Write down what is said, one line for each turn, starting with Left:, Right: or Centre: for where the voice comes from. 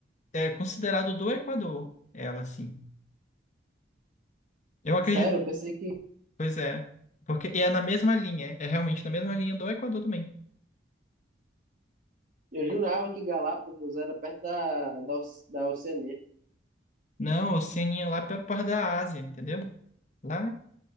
Left: é considerado do Equador, ela, assim. Eu acredito.
Right: Sério, eu pensei que
Left: Pois é. Porque e é na mesma linha. É realmente na mesma linha do Equador também.
Right: Eu jurava que Galápagos era perto da, da, Oce- da Oceania.
Left: Não, Oceania lá pela parte da Ásia, entendeu? Lá,